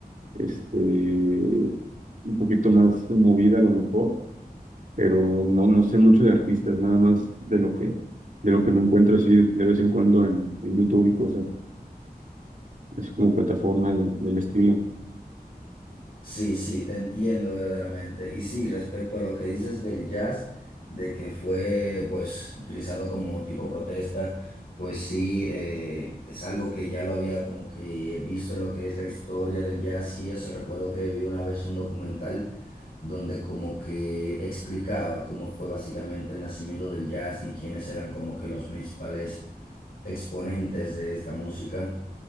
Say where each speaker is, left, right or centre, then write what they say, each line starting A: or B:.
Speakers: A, on the right; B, on the left.
A: este, un poquito más movida a lo mejor, pero no, no sé mucho de artistas, nada más de lo que, de lo que me encuentro así de vez en cuando en, en YouTube y cosas. Es como plataforma de- del estilo.
B: Sí, sí, te entiendo verdaderamente. Y sí, respecto a lo que dices del jazz, de que fue pues utilizado como tipo protesta, pues sí, eh, es algo que ya lo había como que visto en lo que es la historia del jazz y eso. Recuerdo que vi una vez un documental donde como que explicaba cómo fue básicamente el nacimiento del jazz y quiénes eran como que los principales exponentes de esta música.